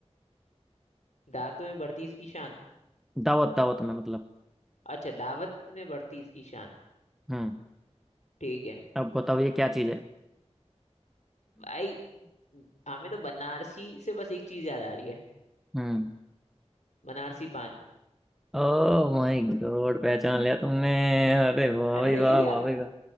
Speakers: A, on the left (about 85°); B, in the centre.
A: दांतों में बढ़ती इसकी शान
B: दावत दावत में मतलब
A: अच्छा दावत में बढ़ती इसकी शान
B: हम्म
A: ठीक है
B: अब बताओ ये क्या चीज है
A: भाई हमें तो बनारसी से बस एक चीज याद आ रही है
B: हम्म
A: बनारसी पान
B: ओ माय गॉड पहचान लिया तुमने अरे वाह
A: अरे
B: भाई
A: सही
B: वाह
A: है क्या?
B: वाह भाई वाह